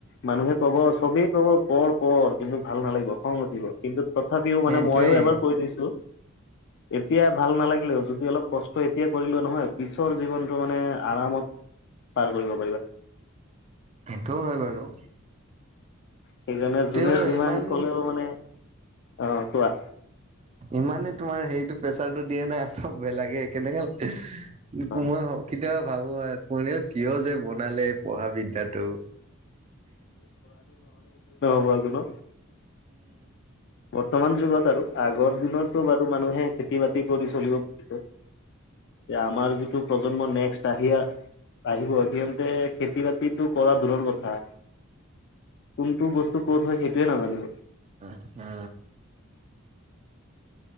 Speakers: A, on the left; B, on the right.
A: মানুহে ক'ব চবেই ক'ব পঢ় পঢ় কিন্তু ভাল নালাগিব খং উঠিব কিন্তু তথাপিও
B: সেইটোৱে
A: মানে মইও এবাৰ কৈ দিছো এতিয়া ভাল নালাগিলেও যদি অলপ কষ্ট ট এতিয়া কৰিলোৱা নহয় পিছৰ জীৱনটো মানে আৰামত পাৰ কৰিব পাৰিবা
B: সেইটোও হয় বাৰু।
A: সেইকাৰণে
B: তেওঁ
A: যোনে যিমান
B: ইমান
A: ক'লেও মানে, অ', কোৱা?
B: ইমানে তোমাৰ হেৰিটো প্ৰেছাৰটো দিয়ে নাই চব বেলেগে কেনেকে মই
A: অ
B: কেতিয়াবা ভাবো কোনে কিয় যে বনালে পঢ়াবিধ এতিয়াতো
A: কোৱা যোনো বৰ্তমান যুগত আৰু আগৰ দিনতটো বাৰু মানুহে খেতি বাতি কৰি চলিব পাৰছে, এতিয়া আমাৰ যিটো প্ৰজন্ম নেক্সট আহিয়া আহিব সিহতে খেতি বাতিত তো কৰা দূৰৰ কথা, কোনটো বস্তু কত হয় সেইটোয়ে নাজানিব।
B: উহ, হু।